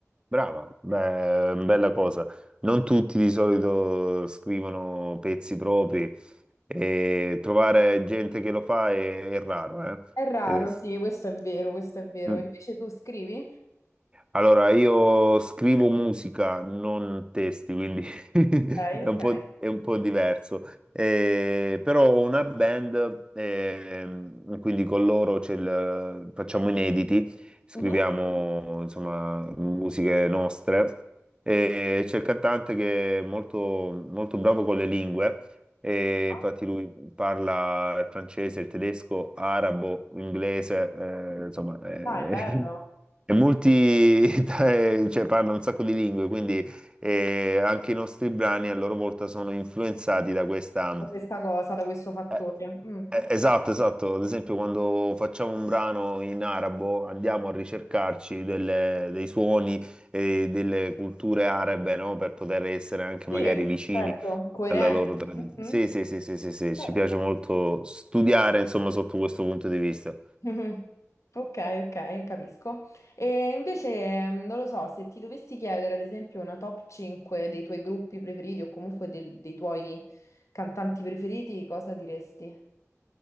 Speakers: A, on the right; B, on the left.
A: Brava, Beh, bella cosa. Non tutti di solito scrivono pezzi propri e trovare gente che lo fa è, è raro, eh?
B: raro,
A: Deve-
B: sì, questo è vero, questo è vero.
A: Mm.
B: Invece tu scrivi?
A: Allora, io scrivo musica, non testi, quindi <laughs>
B: Ok,
A: è
B: ok.
A: un po', è un po' diverso. Eh, però ho una band, ehm, quindi con loro c'è il- facciamo inediti, scriviamo
B: Mhm.
A: insomma musiche nostre. E c'è il cantante che è molto, molto bravo con le lingue e
B: Ah,
A: infatti lui parla il francese, il tedesco, arabo, inglese, eh, insomma, eh,
B: Dai, bello.
A: <laughs> è multi, <laughs> cioè parla un sacco di lingue, quindi eh, anche i nostri brani a loro volta sono influenzati da questa...
B: Da questa cosa, da questo fattore.
A: eh,
B: Mm,
A: eh,
B: ok.
A: Esatto, esatto. Ad esempio, quando facciamo un brano in arabo, andiamo a ricercarci delle- dei suoni e delle culture arabe, no? Per poter essere anche
B: Sì,
A: magari vicini
B: certo, coerente.
A: alla loro tradizione.
B: Mhm.
A: Sì, sì, sì, sì, sì, sì,
B: Certo.
A: ci piace molto studiare, insomma, sotto questo punto di vista.
B: Mhm. Ok, ok, capisco. E invece mm, non lo so, se ti dovessi chiedere ad esempio una top 5 dei tuoi gruppi preferiti o comunque del- dei tuoi cantanti preferiti, cosa diresti?